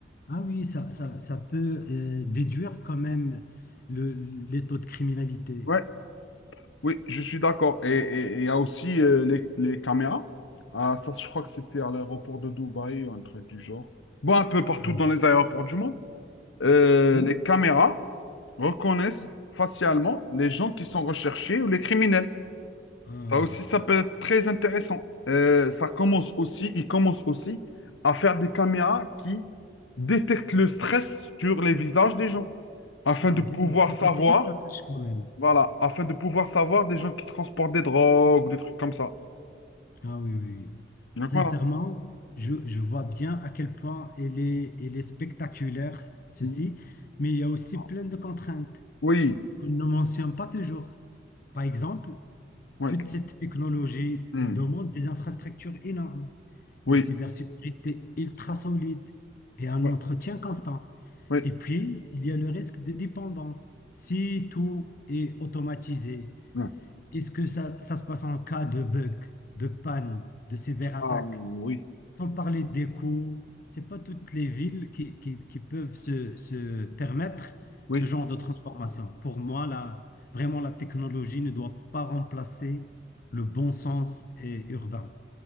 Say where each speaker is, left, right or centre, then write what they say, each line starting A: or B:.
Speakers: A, on the left; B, on the left.
A: ah oui, ça, ça, ça peut euh, déduire quand même le, les taux de criminalité.
B: Ouais. Oui, je suis d'accord. Et et- et il y a aussi euh, les, les caméras. Ah, ça, je crois que c'était à l'aéroport de Dubaï ou un truc du genre. Bon, un peu partout
A: Ah,
B: dans les aéroports du monde. Euh,
A: Si?
B: les caméras reconnaissent facialement les gens qui sont recherchés ou les criminels.
A: Ah,
B: Ça aussi, ça peut être très intéressant. Euh, ça commence aussi, ils commencent aussi à faire des caméras qui détectent le stress sur les visages des gens afin
A: Ah, c'est
B: de pouvoir
A: bien. Donc, ça
B: savoir
A: facilite la tâche quand même.
B: voilà, afin de pouvoir savoir des gens qui transportent des drogues, ou des trucs comme ça.
A: Ah oui, oui. oui.
B: Donc
A: Sincèrement,
B: voilà.
A: je, je vois bien à quel point elle est, elle est spectaculaire, ceci,
B: Mm.
A: mais il y a aussi
B: Ah.
A: plein de contraintes
B: Oui,
A: qu'on ne mentionne pas toujours. Par exemple,
B: oui,
A: Toute cette technologie,
B: Mm.
A: il demande des infrastructures énormes,
B: oui,
A: une cybersécurité ultra solide et un
B: oui,
A: entretien constant.
B: oui,
A: Et puis, il y a le risque de dépendance. Si tout est automatisé,
B: Mm.
A: est-ce que ça, ça se passe en cas de bug, de panne, de sévère attaque?
B: Ah, oui,
A: Sans parler des coûts, c'est pas toutes les villes qui, qui- qui peuvent se, se permettre
B: oui,
A: ce genre de transformation. Pour moi, la, vraiment, la technologie ne doit pas remplacer le bon sens et urbain.